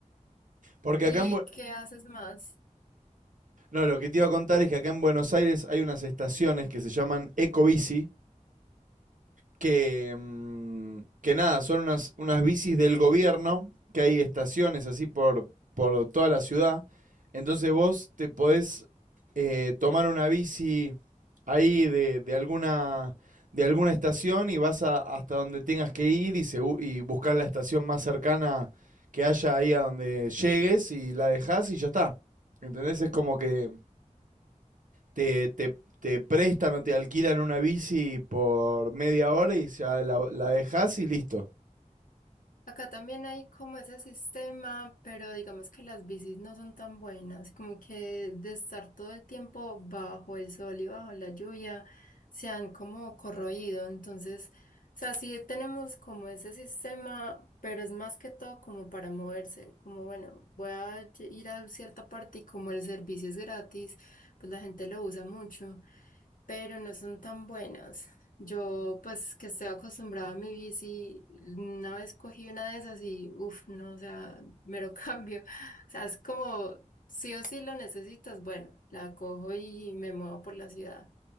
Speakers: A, on the right (about 75°); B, on the left (about 80°).
A: Porque
B: ¿Y
A: acá en, Bu-
B: qué haces más?
A: no, lo que te iba a contar es que acá en Buenos Aires hay unas estaciones que se llaman Ecobici, que, mm, que nada, son unas, unas bicis del gobierno, que hay estaciones así por, por toda la ciudad. Entonces vos te podés eh, tomar una bici ahí de, de alguna, de alguna estación y vas a- hasta donde tengas que ir y, segu- y buscar la estación más cercana que haya ahí a donde llegues y la dejás y ya está. ¿Entendés? Es como que te, te, te prestan o te alquilan una bici por media hora y ya la, la dejas y listo.
B: Acá también hay como ese sistema, pero digamos que las bicis no son tan buenas, como que de estar todo el tiempo bajo el sol y bajo la lluvia, se han como corroído. Entonces, o sea, sí tenemos como ese sistema, pero es más que todo como para moverse, como bueno, voy a ll- ir a cierta parte y como el servicio es gratis, pues la gente lo usa mucho. pero no son tan buenas. Yo, pues, que estoy acostumbrada a mi bici, una vez cogí una de esas y, uff, no, o sea, mero cambio. <laughs> O sea, es como, sí o sí lo necesitas, bueno, la cojo y me muevo por la ciudad.